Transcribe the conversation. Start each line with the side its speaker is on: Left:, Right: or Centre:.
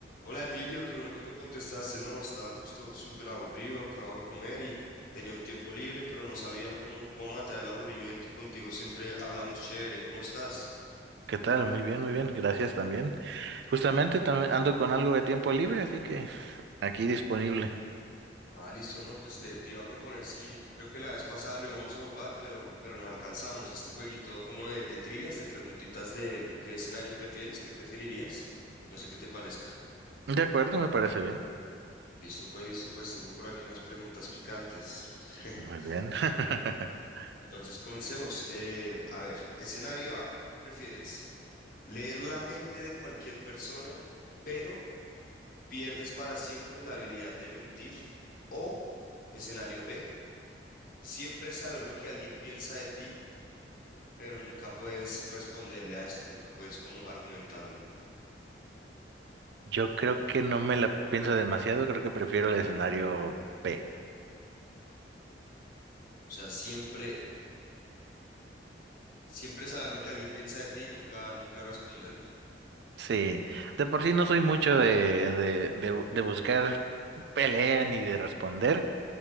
Left: Hola Emilio, qué bueno que me contestaste. No, estaba justo súper aburrido, acabo de comer y tenía un tiempo libre, pero no sabía cómo, cómo matar el aburrimiento y contigo siempre hablamos chévere. ¿Cómo estás?
Right: ¿Qué tal? Muy bien, muy bien. Gracias también. Justamente también ando con algo de tiempo libre, así que aquí disponible.
Left: Ah, listo, no, pues te, te iba a proponer, sí, creo que la vez pasada lo íbamos a jugar, pero, pero no alcanzamos este jueguito como de, de trivias, de preguntitas de qué escenario prefieres, qué preferirías. No sé qué te parezca.
Right: De acuerdo, me parece bien.
Left: Listo, pues, listo, pues, tengo por aquí unas preguntas picantes. <laughs>
Right: Muy bien. <laughs>
Left: Entonces, comencemos. Eh, a ver, escenario A, ¿prefieres? leer la mente de cualquier persona, pero pierdes para siempre la habilidad de mentir. O, escenario B, siempre saber lo que alguien piensa de ti, pero nunca puedes responderle a esto, nunca puedes como argumentarle.
Right: Yo creo que no me la pienso demasiado, creo que prefiero el escenario B.
Left: O sea, siempre, siempre saber lo que alguien piensa de ti, nunca, nunca responderle.
Right: Sí, de por sí no soy mucho de, de, de, bu- de buscar pelea ni de responder,